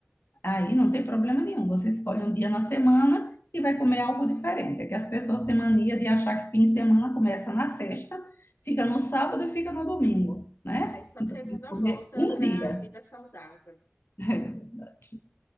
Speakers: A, on the left; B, on the left.
A: Aí não tem problema nenhum. Você escolhe um dia na semana e vai comer algo diferente. É que as pessoas têm mania de achar que fim de semana começa na sexta, fica no sábado e fica no domingo, né?
B: Aí, sua
A: Então,
B: segunda
A: tem que escolher
B: volta
A: um
B: para
A: dia.
B: a vida
A: <laughs>
B: saudável.
A: É verdade.